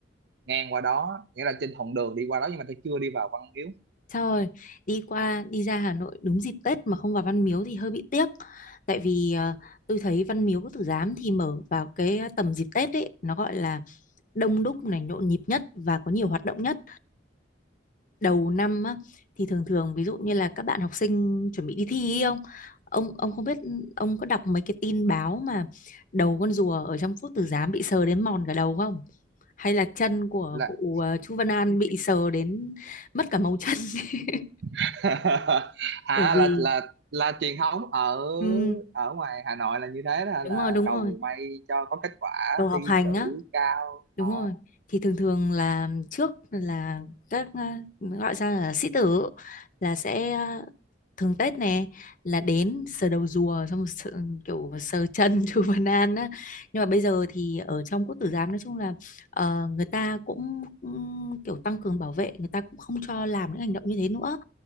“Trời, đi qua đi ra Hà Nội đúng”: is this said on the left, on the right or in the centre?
Left